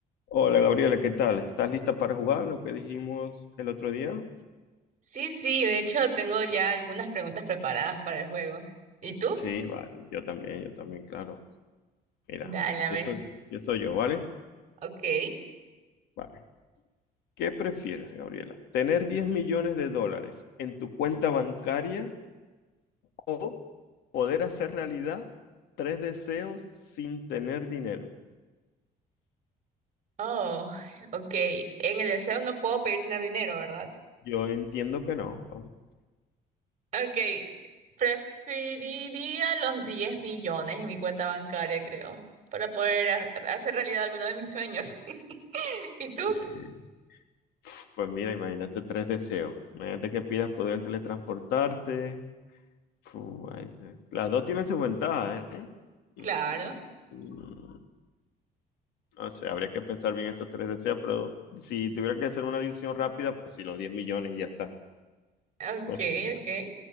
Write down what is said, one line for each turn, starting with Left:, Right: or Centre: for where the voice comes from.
Left: Hola Gabriela, ¿qué tal? ¿Estás lista para jugar lo que dijimos el otro día?
Right: Sí, sí, de hecho tengo ya algunas preguntas preparadas para el juego. ¿Y tú?
Left: Sí, vale, yo también, yo también, claro. Mira,
Right: Dale,
Left: empiezo,
Right: a ver.
Left: empiezo yo, ¿vale?
Right: Ok.
Left: Vale. ¿Qué prefieres, Gabriela? ¿Tener 10 millones de dólares en tu cuenta bancaria o poder hacer realidad tres deseos sin tener dinero?
Right: Oh, ok. En el deseo no puedo pedir tener dinero, ¿verdad?
Left: Yo entiendo que no. vamos.
Right: Ok. Preferiría los 10 millones en mi cuenta bancaria, creo, para poder ha- hacer realidad alguno de mis sueños. <laughs> ¿Y tú?
Left: Eh, Pues mira, imagínate tres deseos. Imagínate que pidas poder teletransportarte, Fu- ahí se- Las dos tienen sus ventajas, ¿eh? Mm,
Right: Claro.
Left: mm, No sé, habría que pensar bien esos tres deseos, pero si tuviera que hacer una decisión rápida, pues sí, los 10 millones y ya está.
Right: Ok,
Left: <laughs>
Right: ok.